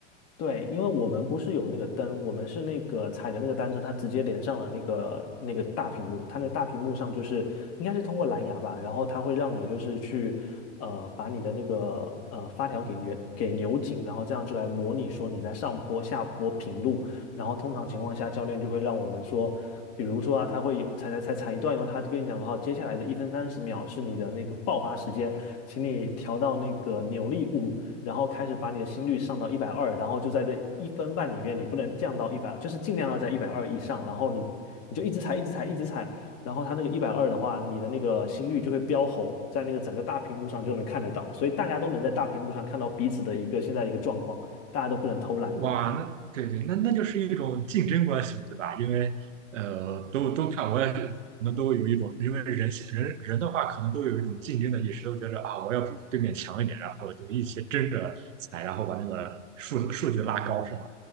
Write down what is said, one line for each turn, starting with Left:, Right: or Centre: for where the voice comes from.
Left: 对，因为我们不是有那个灯，我们是那个踩的那个单车，它直接连上了那个那个大屏幕，它那个大屏幕上就是应该是通过蓝牙吧，然后它会让你就是去呃把你的那个呃发条给扭给扭紧，然后这样就来模拟说你在上坡、下坡、平路，然后通常情况下教练就会让我们说，比如说啊，他会有踩踩踩踩一段以后，他就跟你讲好，接下来的一分三十秒是你的那个爆发时间，请你调到那个扭力五。然后开始把你的心率上到一百二，然后就在这一分半里面，你不能降到一百，就是尽量要在一百二以上，然后你你就一直踩，一直踩，一直踩，然后它那个一百二的话，你的那个心率就会飙红，在那个整个大屏幕上就能看得到，所以大家都能在大屏幕上看到彼此的一个现在的一个状况，大家都不能偷懒。
Right: 哇，
Left: <laughs>
Right: 那对对，那那就是一种竞争关系嘛，对吧？因为呃，都都看，我也可能都有一种，因为人性人人的话，可能都有一种竞争的意识，都觉得啊，我要比对面强一点，然后就一起争着踩，然后把那个数数据拉高，是吗？